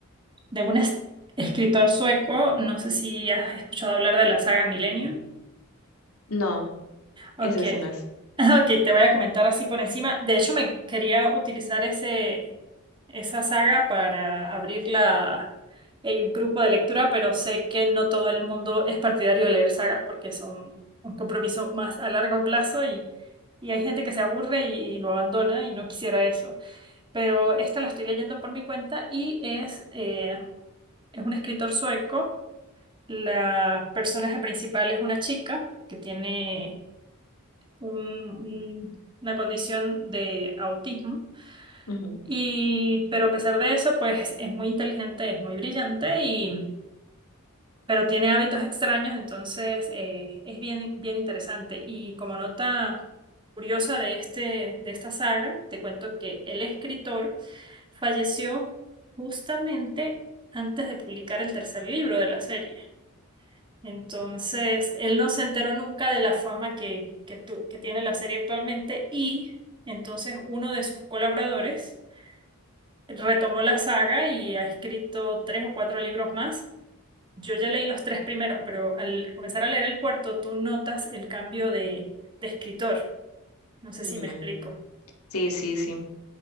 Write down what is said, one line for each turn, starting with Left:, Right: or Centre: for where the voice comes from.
Right: de un es- escritor sueco, no sé si has escuchado hablar de la saga Millennium.
Left: No,
Right: Ok,
Left: ese sí no es.
Right: <laughs> ok, te voy a comentar así por encima. De hecho, me quería utilizar ese, esa saga para abrir la, el grupo de lectura, pero sé que no todo el mundo es partidario de leer sagas porque son un compromiso más a largo plazo y, y hay gente que se aburre y, y lo abandona y no quisiera eso. Pero esta la estoy leyendo por mi cuenta y es, eh, es un escritor sueco. La personaje principal es una chica que tiene un- un- una condición de autismo.
Left: Ujú.
Right: Y, pero a pesar de eso, pues es muy inteligente, es muy brillante y, pero tiene hábitos extraños, entonces eh, es bien, bien interesante. Y como nota curiosa de este, de esta saga, te cuento que el escritor falleció justamente antes de publicar el tercer libro de la serie. Entonces, él no se enteró nunca de la fama que, que, tu- que tiene la serie actualmente y entonces uno de sus colaboradores retomó la saga y ha escrito tres o cuatro libros más. Yo ya leí los tres primeros, pero al comenzar a leer el cuarto, tú notas el cambio de, de escritor. No sé
Left: Mm,
Right: si me explico.
Left: Sí, sí, sí.